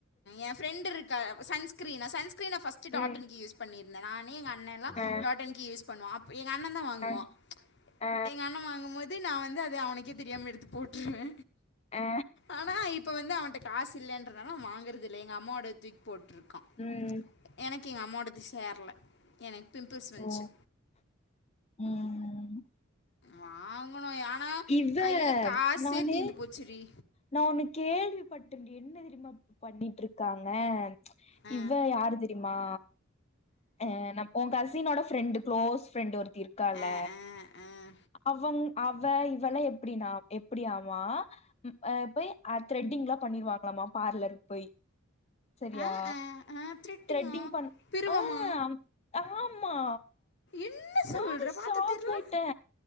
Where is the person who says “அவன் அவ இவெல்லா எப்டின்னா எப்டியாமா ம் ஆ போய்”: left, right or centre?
Left